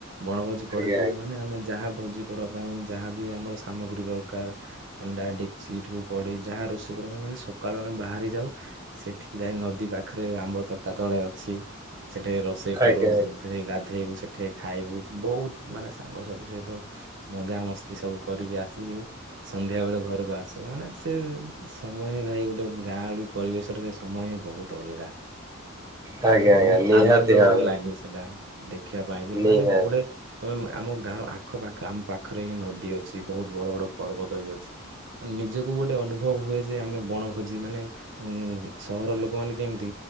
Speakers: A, on the right; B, on the right.
A: ବଣଭୋଜି
B: ଆଜ୍ଞା
A: କରିଛୁ ମାନେ ଆମେ ଯାହା ଭୋଜି କରିବା ପାଇଁ ଯାହାବ ଆମର ସାମଗ୍ରୀ ଦରକାର। ହଣ୍ଡା ଡେକଚି ଠୁ କଡେଇ ଯାହା ରୋଷେଇ କରି ମାନେ ସକାଳୁ ଆମେ ବାହାରି ଯାଉ। ସେଠିକି ଯାଇ ନଦୀ ପାଖରେ ଆମ୍ବ ତୋଟା ତଳେ ଅଛି ସେଠି ରୋଷେଇ
B: ଆଜ୍ଞା
A: କରୁ। ଗାଧେଇବୁ ସେଠି ଖାଇବୁ ବହୁତ ମାନେ ସାଙ୍ଗସାଥି ସହିତ ମଜାାମସ୍ତି ସବୁ କରିକି ଆସିକି। ସନ୍ଧ୍ୟା ବେଳେ ଘରକୁ ଆଶୁ ମାନେ ସେ ସମୟ ନାହିଁ ଗୋଟେ ଗାଁ ଯୋଉ ପରିବେଶ। ସମୟ ହିଁ ବହୁତ ଅଲଗା
B: ଆଜ୍ଞା
A: ମାନେ
B: ଆଜ୍ଞା
A: ବହୁତ
B: ନିହାତି
A: ଆନନ୍ଦ
B: ଭାବରେ
A: ଲାଗେ ସେଟା। ଦେଖିବା ପାଇଁ ଯେ
B: ନିହାତି
A: ମାନେ ଗୋଟେ ତମେ ଆମ ଗାଁ ପାଖପଖ ଆମ ପାଖରେ ହିଁ ନଦୀ ଅଛି ବହୁତ ବଡ ବଡ ପର୍ବତ ବି ଅଛି ନିଜକୁ ଗୋଟେ ଅନୁଭବ ହୁଏ ଯେ ଆମେ ବଣଭୋଜି ମାନେ ଉ ସହରର ଲୋକମାନୋନେ କେମିତି